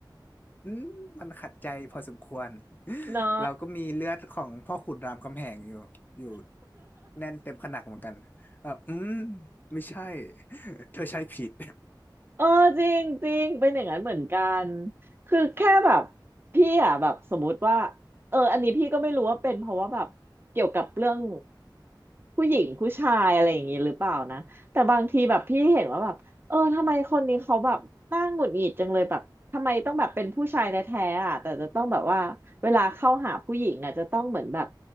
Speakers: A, on the left (about 25°); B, on the right (about 30°).
A: อืมมันขัดใจพอสมควร <laughs>
B: เนาะ
A: เราก็มีเลือดของพ่อขุนรามคำแหงอยู่อยู่แน่นเต็มขนักเหมือนกันเอออืมไม่ใช่ <laughs> เธอใช้ผิด
B: เออจริงจริงเป็นอย่างนั้นเหมือนกันคือแค่แบบพี่อ่ะแบบสมมติว่าเอออันนี้พี่ก็ไม่รู้ว่าเป็นเพราะว่าแบบเกี่ยวกับเรื่องผู้หญิงผู้ชายอะไรอย่างนี้หรือเปล่านะแต่บางทีแบบพี่เห็นว่าแบบเออทำไมคนนี้เขาแบบน่าหงุดหงิดจังเลยแบบทำไมต้องแบบเป็นผู้ชายแท้ๆอ่ะแต่จะต้องแบบว่าเวลาเข้าหาผู้หญิงอ่ะจะต้องเหมือนแบบ